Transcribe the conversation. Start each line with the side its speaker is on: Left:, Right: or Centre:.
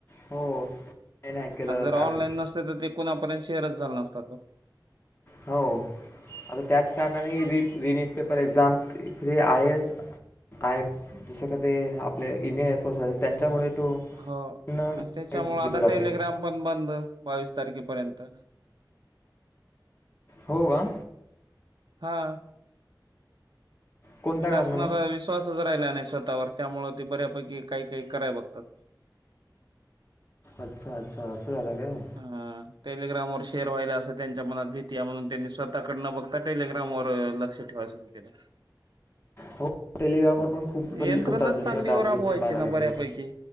Left: हो हे नाही केलं
Right: आ जर
Left: कारण
Right: ऑनलाईन नसते तर ते कुणापर्यंत शेअरच झाला नसतात हो.
Left: हो आता त्याच कारणाने रि नीट पेपर एक्झाम... ते आय, ए, एस, आय जसं क ते आपले इंडियन एअरफोर्स राहते त्यांच्यामुळे..... तो
Right: हो
Left: न
Right: आणि त्याच्यामुळे आता
Left: दिले जाते
Right: टेलिग्राम पण बंद बावीस... तारखेपर्यंत.
Left: हो का.
Right: हा.
Left: कोणत्या
Right: शासनाला
Left: कारणाने
Right: विश्वासच राहिला नाही स्वतः... तावर त्यामुळे ते बऱ्यापैकी काही काही कराय बघतात.
Left: अच्छा अच्छा असं झालं काय.
Right: हा टेलिग्राम वर शेअर व्हायला असं त्यांच्या मनात भीती आहे म्हणून त्यांनी स्वतःकडे न बघता टेलिग्रामवर.... बरं लक्ष ठेवायला सुरू केलं.
Left: हो टेलिग्रामवर पण खूप पेपर
Right: यंत्रणाच
Left: लीक होतात जसे
Right: चांगली
Left: का दहावीचे
Right: ओ राबवायची
Left: बारावीचे
Right: ना बऱ्यापैकी